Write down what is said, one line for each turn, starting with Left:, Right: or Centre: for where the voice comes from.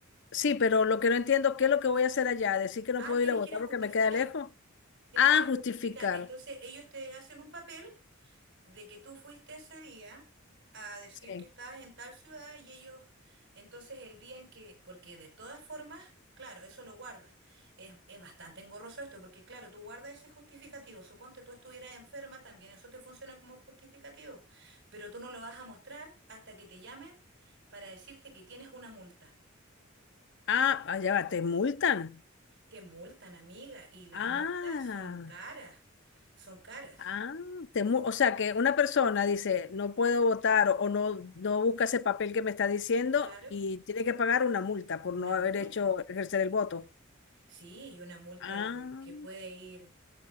Left: Sí, pero lo que no entiendo, ¿qué es lo que voy a hacer allá? ¿Decir que
Right: Ah,
Left: no puedo
Right: tienes
Left: ir a votar
Right: que ir a justificar,
Left: porque me queda lejos?
Right: tienes
Left: Ah,
Right: que ir a
Left: justificar.
Right: justificar. Entonces ellos te hacen un papel de que tú fuiste ese día a decir
Left: Sí.
Right: que estabas en tal ciudad y ellos, entonces el día en que, porque de todas formas, claro, eso lo guardas. Es, es bastante engorroso esto, porque claro, tú guardas ese justificativo. Suponte tú estuvieras enferma, también eso te funciona como un justificativo, pero tú no lo vas a mostrar hasta que te llamen para decirte que tienes una multa.
Left: Ah, allá va, te multan.
Right: Te multan, amiga, y las
Left: Ah,
Right: multas son caras, son caras,
Left: ah, te mu- o sea que una persona dice, no puedo votar o, o no, no busca ese papel que me está diciendo
Right: claro,
Left: y tiene que pagar una multa por no
Right: una multa.
Left: haber hecho ejercer el voto.
Right: Sí, y una multa
Left: Ah,
Right: de, que puede ir